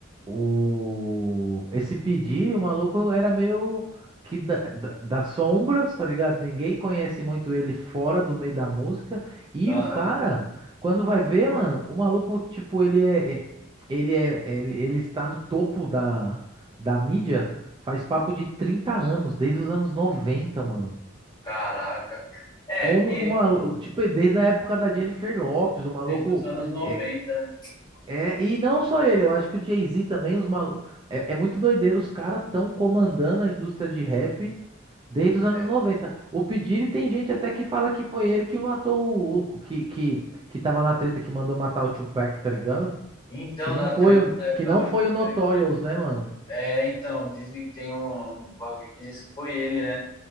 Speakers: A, on the right; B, on the left.
A: o esse pedir, o maluco era meio que da, da- das sombras, tá ligado? Ninguém conhece muito ele fora do meio da música. E
B: Aham.
A: o cara, quando vai ver, mano, o maluco, tipo, ele é é- ele é ele, ele está no topo da da mídia faz papo de 30 anos, desde os anos 90 mano.
B: Caraca. É,
A: Como
B: e
A: com o maluco, tipo, desde a época da Jennifer Lopez, o maluco
B: desde os anos noventa
A: é,
B: né?
A: é, e não só ele, eu acho que o Jay-Z também, os malu É, é muito doideiro, os caras estão comandando a indústria de rap desde os anos
B: É.
A: noventa. O P. Diddy tem gente até que fala que foi ele que matou o. o- Que, que, que tava na treta que mandou matar o Tupac, tá ligado?
B: Então,
A: Que não
B: da
A: foi
B: treta
A: o,
B: da época
A: que não
B: do
A: foi
B: Tupac.
A: o Notorious, né, mano?
B: É, então, dizem que tem um bagulho que diz que foi ele, né?